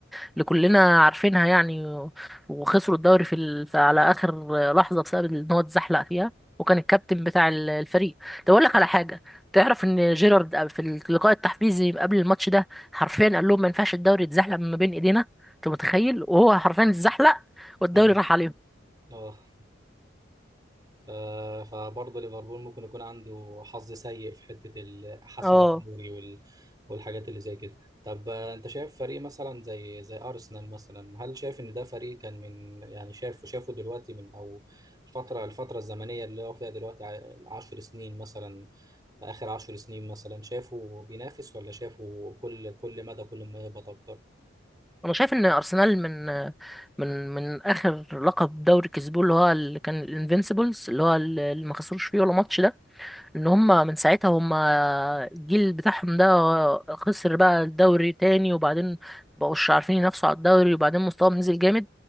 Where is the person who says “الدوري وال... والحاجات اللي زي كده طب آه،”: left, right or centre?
Right